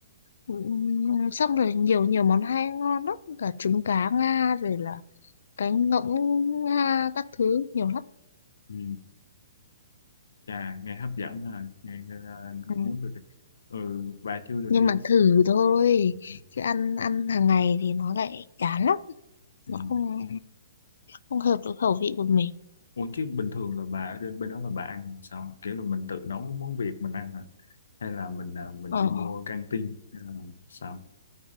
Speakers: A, on the left; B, on the left.
A: ừm, xong rồi nhiều nhiều món hay ngon lắm cả trứng cá Nga rồi là cánh ngỗng Nga các thứ nhiều lắm
B: Ừ. Chà, nghe hấp dẫn ha, nghe, nghe là anh cũng
A: Ừ.
B: muốn được. Ừ, bà chưa được
A: nhưng
B: đi.
A: mà thử thôi
B: Ừ.
A: chứ ăn ăn hàng ngày thì nó lại chán lắm
B: Ừ.
A: nó không không hợp với khẩu vị của mình
B: Ủa chứ bình thường là bà ở bên bên đó là bà ăn sao? Kiểu là mình tự nấu món Việt mình ăn hả? Hay là mình à, mình
A: ờ
B: đi mua căng tin hay là sao?